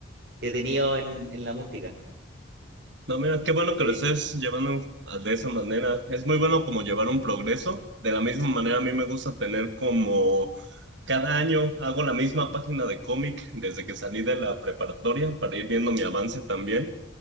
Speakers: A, on the right (about 55°); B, on the right (about 70°).
A: que he tenido en, en la música.
B: No, mira, qué bueno
A: Sí,
B: que lo estés llevando a- de esa manera. Es muy bueno como llevar un progreso. De la misma manera, a mí me gusta tener como cada año hago la misma página de cómic desde que salí de la preparatoria para ir viendo mi avance también